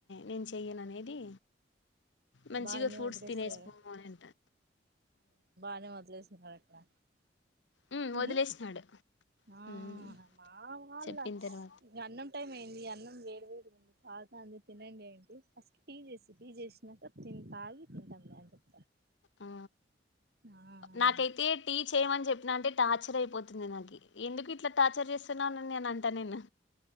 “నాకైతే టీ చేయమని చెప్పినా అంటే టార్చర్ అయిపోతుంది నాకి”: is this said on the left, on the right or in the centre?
Left